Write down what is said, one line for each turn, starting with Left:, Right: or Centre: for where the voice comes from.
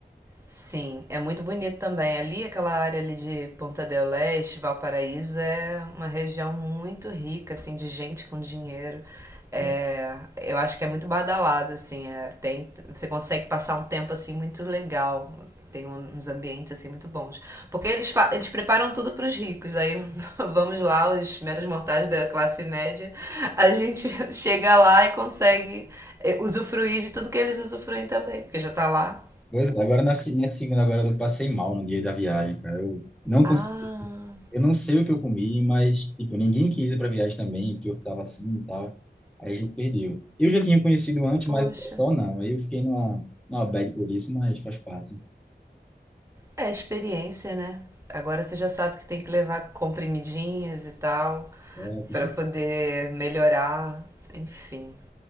Right: Sim, é muito bonito também. Ali, aquela área ali de Ponta del Este, Valparaíso, é uma região muito rica, assim, de gente com dinheiro. É,
Centre: É.
Right: eu acho que é muito badalado, assim, é, tem, você consegue passar um tempo, assim, muito legal. Tem um- uns ambientes, assim, muito bons. Porque eles, fa- eles preparam tudo para os ricos. Aí <laughs> vamos lá, os meros mortais da classe média, a gente <laughs> chega lá e consegue eh, usufruir de tudo que eles usufruem também, porque já tá lá.
Centre: Pois é, agora na se- minha segunda agora eu passei mal no dia da viagem, cara. Eu não consegui,
Right: Ah,
Centre: eu não sei o que eu comi, mas tipo, ninguém quis ir para viagem também, porque eu ficava assim e tal. Aí a gente perdeu. Eu já tinha conhecido antes,
Right: Poxa,
Centre: mas o pessoal não. Aí eu fiquei numa, numa bad por isso, mas faz parte.
Right: é experiência, né? Agora você já sabe que tem que levar comprimidinhos e tal
Centre: É, com
Right: para
Centre: certeza.
Right: poder melhorar, enfim.